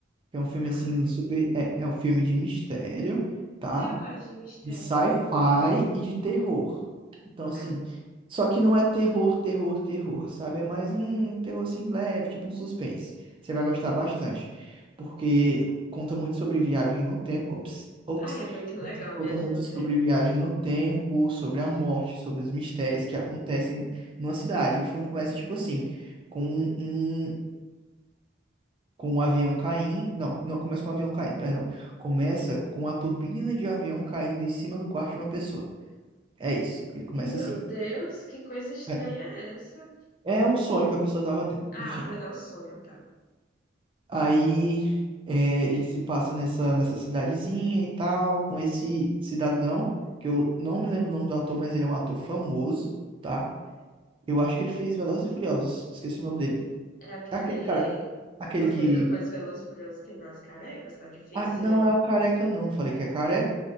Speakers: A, on the right; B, on the left.
A: que é
B: Que
A: um filme
B: darko.
A: assim, super. É, é um filme de mistério. tá?
B: Aí eu gosto de mistério.
A: de sci-fi e de terror. Então, assim,
B: Ah,
A: só que não é terror, terror, terror, sabe? É mais um terror assim leve, tipo um suspense. Você vai gostar bastante, porque conta muito sobre viagem no tempo. Ops, ops.
B: ah, é muito legal
A: Conta
B: Viagem
A: muito
B: no
A: sobre
B: Tempo.
A: viagem no tempo, sobre a morte, sobre os mistérios que acontecem numa cidade. O filme começa tipo assim, com um, um, com um avião caindo. Não, não começa com um avião caindo, perdão. Começa com a turbina de avião caindo em cima do quarto de uma pessoa. É isso. Ele começa
B: Meu
A: assim.
B: Deus, que coisa estranha
A: É,
B: é essa?
A: é um sonho que a pessoa tava tendo. Enfim.
B: Ah, pe- é o sonho, tá.
A: Aí é, ele se passa nessa, nessa cidadezinha e tal, com esse cidadão, que eu não me lembro o nome do ator, mas ele é um ator famoso, tá? Eu acho que ele fez Velozes e Furiosos. Esqueci o nome dele.
B: É aquele.
A: É aquele cara. Aquele
B: Meu filho,
A: que.
B: mas Velozes e Furiosos tem vários carecas, tá difícil
A: Ah, não
B: aí.
A: é o careca, não. Não falei que é careca.